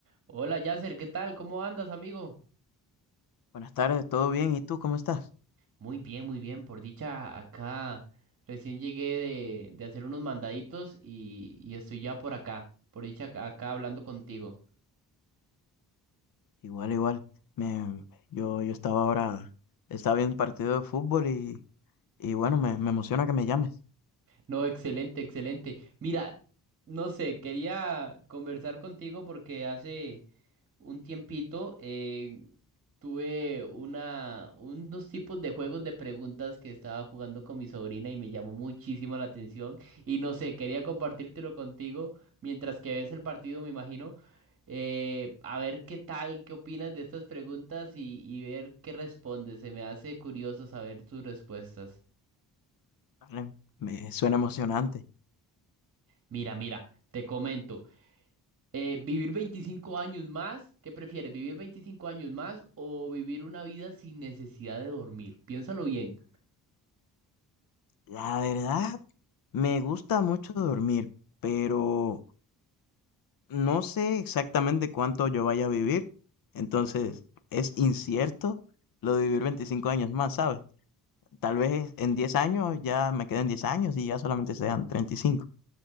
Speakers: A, on the right; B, on the left.
A: Hola Yasser, ¿qué tal? ¿Cómo andas, amigo?
B: Buenas tardes, ¿todo bien? ¿Y tú cómo estás?
A: Muy bien, muy bien. Por dicha, acá recién llegué de, de hacer unos mandaditos y, y estoy ya por acá. Por dicha, acá acá hablando contigo.
B: Igual, igual. Me, yo, yo estaba ahora, estaba viendo un partido de fútbol y, y bueno, me, me emociona que me llames.
A: No, excelente, excelente. Mira, no sé, quería conversar contigo porque hace un tiempito eh, tuve una, unos tipos de juegos de preguntas que estaba jugando con mi sobrina y me llamó muchísimo la atención. Y no sé, quería compartírtelo contigo mientras que ves el partido, me imagino. eh, a ver qué tal, qué opinas de estas preguntas y, y ver qué respondes. Se me hace curioso saber tus respuestas.
B: Vale, Me suena emocionante.
A: Mira, mira, te comento. Eh, ¿vivir 25 años más? ¿Qué prefieres, vivir 25 años más o vivir una vida sin necesidad de dormir? Piénsalo bien.
B: La verdad, me gusta mucho dormir, pero no sé exactamente cuánto yo vaya a vivir. Entonces, es incierto lo de vivir 25 años más, ¿sabes? Tal vez en 10 años ya me queden 10 años y ya solamente sean 35.